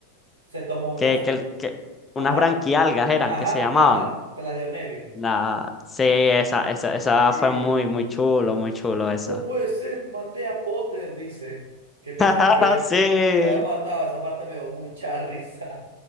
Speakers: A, on the right (about 75°); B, on the left (about 15°).
A: Se tomó unas...
B: que, que, el- que
A: Ajá,
B: unas branquialgas eran,
A: ajá,
B: que se llamaban.
A: ajá. Se las dio Neville.
B: La, sí, esa, esa, esa
A: Sí.
B: fue muy, muy chulo, muy chulo eso.
A: No puede ser, maté a Potter, dice, que pensó
B: <laughs>
A: que había,
B: Sí.
A: que le había matado, esa parte me dio mucha <laughs> risa,